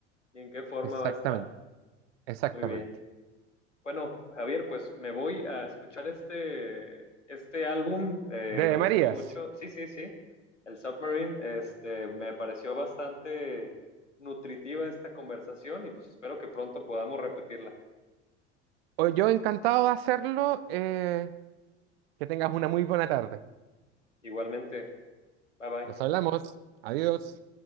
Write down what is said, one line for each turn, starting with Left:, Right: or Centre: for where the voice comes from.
Left: y en qué forma
Right: exactamente,
Left: va a estar.
Right: exactamente.
Left: Muy bien. Bueno, Javier, pues me voy a escuchar este, este álbum, eh,
Right: De
Left: me gustó
Right: Marías,
Left: mucho. Sí, sí, sí. El Submarine, este, me pareció bastante nutritiva esta conversación y pues espero que pronto podamos repetirla.
Right: hoy yo encantado de hacerlo. eh, que tengas una muy buena tarde.
Left: Igualmente, bye bye.
Right: Nos hablamos. Adiós.